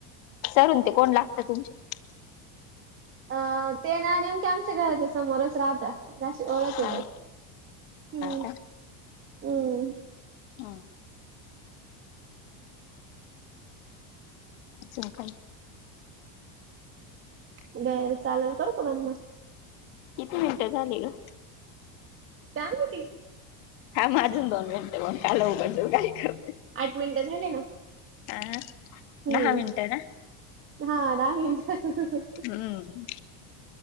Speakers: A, on the left; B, on the right.
A: सरून ते कोण लागत तुमचे
B: अ ते ना नेमके आमच्या घराच्या समोरच राहत नाश ओळक
A: हा
B: बस्त हम्म
A: का?
B: हम्म
A: ह जफय
B: बर चालेल कात बण ना
A: किती मिनिटं झाली ग
B: काग त
A: हा माजून दोन मिनटे मग काल उघजऊ काही करते
B: आठ मिनिटं झाले ना
A: आं
B: हम्म
A: दहा मिनट ना
B: हा दहा मिनिटं
A: हम्म